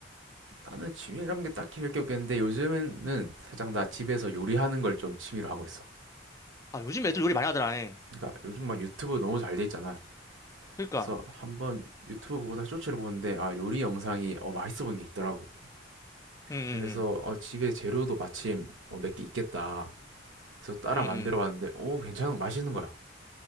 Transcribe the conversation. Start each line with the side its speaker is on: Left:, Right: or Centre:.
Right: 나는 취미란 게 딱히 별게 없겠는데 요즘에는 살짝 나 집에서 요리하는 걸 좀 취미로 하고 있어.
Left: 아 요즘 애들 요리 많이 하더라 예.
Right: 그러니까 요즘 막 유튜브 너무 잘 돼 있잖아.
Left: 그러니까
Right: 그래서 한번 유튜브 보다 쇼츠를 보는데 아 요리 영상이 어 맛있어 보인 게 있더라고.
Left: 응응응
Right: 그래서 어 집에 재료도 마침 어, 몇 개 있겠다. 그래서 따라
Left: 응응
Right: 만들어 봤는데 오 괜찮은 맛있는 거야.